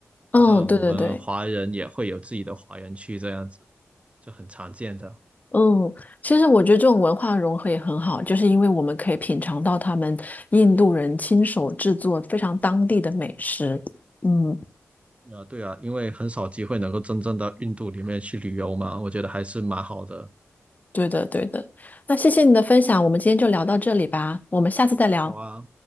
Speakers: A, on the left; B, on the right.
A: 嗯，
B: 就像我们华人也会有自己的华人区这样子。
A: 对对对，
B: 就很常见的。
A: 嗯，其实我觉得这种文化融合也很好，就是因为我们可以品尝到他们印度人亲手制作非常当地的美食。嗯，
B: 呃，对啊，因为很少机会能够真正到印度里面去旅游嘛，我觉得还是蛮好的。
A: 对的对的。那谢谢你的分享，我们今天就聊到这里吧，我们下次再聊，
B: 好啊，